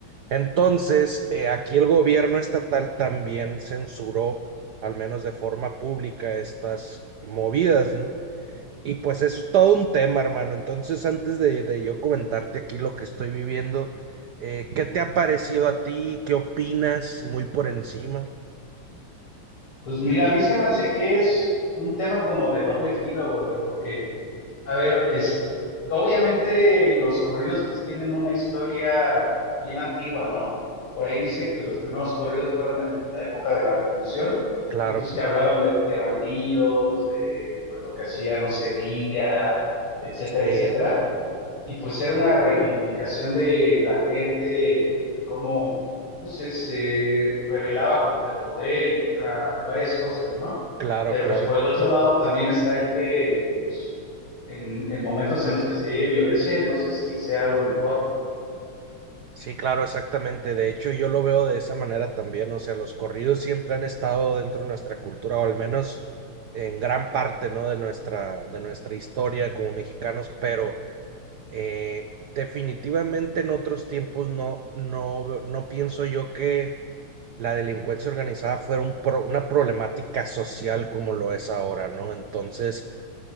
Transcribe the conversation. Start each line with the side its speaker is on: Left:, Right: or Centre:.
Right: Entonces, eh, aquí el gobierno estatal también censuró, al menos de forma pública, estas movidas, ¿no? Y pues eso es todo un tema, hermano. Entonces, antes de, de yo comentarte aquí lo que estoy viviendo, eh, ¿qué te ha parecido a ti? ¿Qué opinas? Muy por encima.
Left: Pues mira, a mí se me hace que es un tema como de doble filo, brother, porque A ver, es, obviamente los corridos pues tienen una historia bien antigua, ¿no? Por ahí dicen que los primeros corridos fueron en la época de la Revolución
Right: Claro,
Left: y pues que hablaban de, de bandidos, de pues lo que hacía, no sé, Villa, etcétera,
Right: eh,
Left: etcétera. Y pues era una reivindicación de la gente, cómo pues, se, se rebelaba contra el poder y contra varias cosas, ¿no?
Right: claro,
Left: Pero
Right: claro.
Left: pues por el otro lado también está el que, pues, en, en momentos en los que se ve violencia, yo no sé si sea lo mejor.
Right: Sí, claro, exactamente. De hecho, yo lo veo de esa manera también. O sea, los corridos siempre han estado dentro de nuestra cultura, o al menos en gran parte, ¿no? De nuestra, de nuestra historia como mexicanos, pero eh, definitivamente en otros tiempos no, no, no pienso yo que la delincuencia organizada fuera un pro- una problemática social como lo es ahora, ¿no? Entonces,